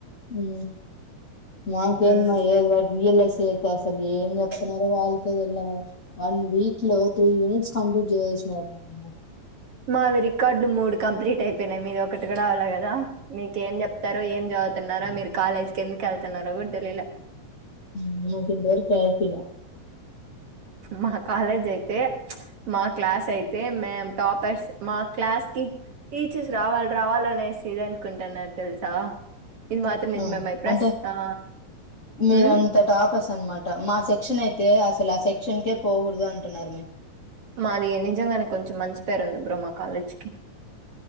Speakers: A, on the left; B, on the right.
A: ఉ మాకేన్మా
B: ఉమ్.
A: ఏ వర్ ఇఎల్ఎస్ఏ అస్సలు ఏం చెప్తున్నారో వాళ్ళకే తెలియాల వన్ వీక్ లో త్రీ యూనిట్స్ కంప్లీట్ చేసి <unintelligible>
B: మావి రికార్డ్లు మూడు కంప్లీట్ అయిపయినాయి మీది ఒకటి కూడా కాలే కదా మీకేం చెప్తారో ఏం చదువుతున్నారో మీరు కాలేజీకి ఎందుకు వెళ్తన్నారో కూడా తెలీలా
A: హు నాకిింతవరకు ప్రాజెక్ట్ ఇలా
B: మా కాలేజ్ అయితే మా క్లాస్ అయితే మేం టాపర్స్ మా క్లాస్ కి టీచర్స్ రావాలి రావాలనేసి ఇది అనుకుంటున్నారు తెలుసా ఇది మాత్రం నిజమయి
A: ఆ
B: ప్రస్
A: అంటే
B: ఆ
A: మీరంత
B: ఉ
A: టాపర్స్ అనమాట మా సెక్షన్ అయితే అసలు ఆ సెక్షన్కే పోకూడదు అంటున్నారు మే
B: మాది నిజంగానే కొంచెం మంచి పేరు ఉంది బ్రో మా కాలేజ్కి